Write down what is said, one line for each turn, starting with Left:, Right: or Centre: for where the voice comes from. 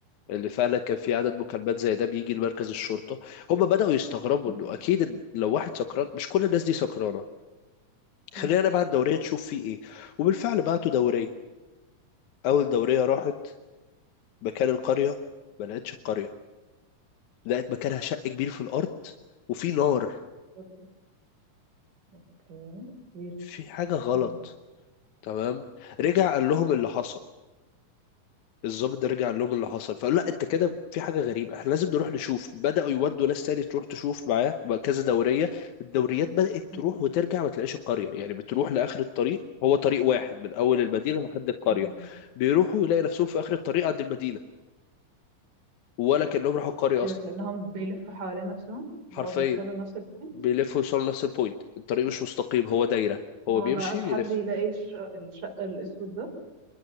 Left: اللي فعلا كان في عدد مكالمات زي ده بيجي لمركز الشرطة هم بدأوا يستغربوا
Right: مم.
Left: انه اكيد إن لو واحد سكران مش كل الناس دي سكرانة خلينا
Right: مم.
Left: نبعت دورية تشوف فيه ايه وبالفعل بعتوا دورية اول دورية راحت مكان القرية ما لقتش القرية لقت مكانها شق كبير في الارض وفي نار
Right: برضه اوكي ويرد
Left: في حاجة غلط
Right: كمل
Left: تمام رجع قال لهم اللي حصل الضابط ده رجع قال لهم اللي حصل فقالوا لا انت كده في حاجه غريبه احنا لازم نروح نشوف بداوا يودوا ناس تاني تروح تشوف معاه بقى كذا دوريه الدوريات بدات
Right: مم.
Left: تروح وترجع ما تلاقيش القريه يعني بتروح لاخر الطريق هو طريق واحد من اول المدينه لحد القريه
Right: مم.
Left: بيروحوا يلاقي نفسهم في اخر الطريق عند المدينه ولا كانهم راحوا القريه
Right: ايه
Left: اصلا
Right: ده كأنهم بيلفوا حوالين نفسهم
Left: حرفيا
Right: اللي هو بيوصلوا لنفس البوينت
Left: بيلفوا يوصلوا نفس البوينت الطريق مش مستقيم هو دايره
Right: وما
Left: هو بيمشي
Right: بقاش
Left: بيلف
Right: حد يلاقي الش... الشق الأسود ده